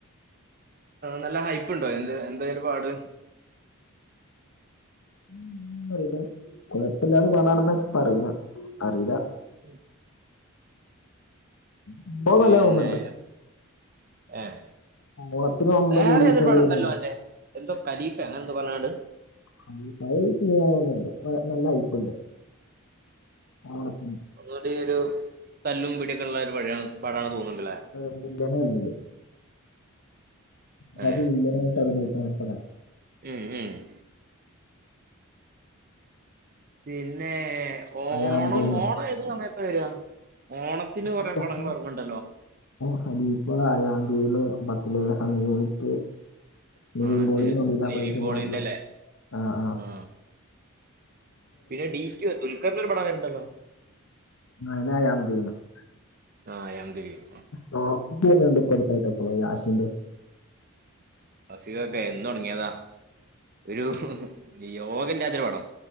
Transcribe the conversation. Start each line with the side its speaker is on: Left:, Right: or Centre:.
Right: നല്ല ഹൈപ്പ്ണ്ടോ എന്ത് എന്തായിന്റെ പാട്
Left: <unintelligible> കൊയപ്പില്ലാത പടാണെന്ന പറയുന്നെ അറീലാ
Right: എം
Left: സംഭവം
Right: പിന്നേം
Left: നല്ലതാ തോന്നുന്നുണ്ട്
Right: ഏഹ്
Left: ഓണത്തിന് വമ്പൻ
Right: വേറെതോരു
Left: റിലീസുകൾ
Right: പടണ്ടല്ലോന്റെ
Left: വരുന്നുണ്ടല്ലോ
Right: എന്തോ കലീ താൻന്തോ പർഞ്ഞാണ്ട്
Left: അലിപായി സീനാവുന്ന്ണ്ട് പടം നല്ല ഹൈപ്പ്ണ്ട് ഓണത്തിൻ
Right: ഒന്നൂടിയൊരു തല്ലും പിടീയൊക്കെള്ളൊരു പഴ്യാ പടാന്ന് തോന്ന്ണ്ടല്ലെ
Left: <unintelligible> വില്ലനായിട്ട്
Right: ഏ
Left: അഭിനയിക്ന പടാണ്
Right: മ്മ് മ്മ് പിന്നെ ഓണം
Left: അയാം ഗെയിം
Right: ഓണം ഏത് സമയത്താ വരാ ഓണത്തിന് കൊറെ
Left: ഓഗസ്റ്റ്
Right: പടങ്ങള് എറങ്ങ്ണ്ടല്ലോ
Left: ഖലീഫ അയാംഗെയിം ബത്തിലേഹം യൂണിറ്റ് നിവിൻ
Right: ആ മറ്റേ
Left: പൊളീം മമിതാ
Right: നിവിൻ
Left: ബൈജു
Right: പോളിന്റെ
Left: <unintelligible>
Right: അല്ലേ
Left: ആഹ് ആഹ്
Right: ആ പിന്നെ ഡിക്യു ദുൽക്കറ്ന്റൊരു പടം വര്ണ്ടല്ലോ
Left: <unintelligible>
Right: ആഹ് അയാം ദ ഗെയിം
Left: ടോക്സിക് വര്ണ്ട് ഇപ്പടുത്തായിട്ട് യാഷിന്റെ
Right: അസീവൊക്കെ എന്നൊടങ്ങീയതാ ഒരു യോഗല്ല്യാത്തൊരുപടം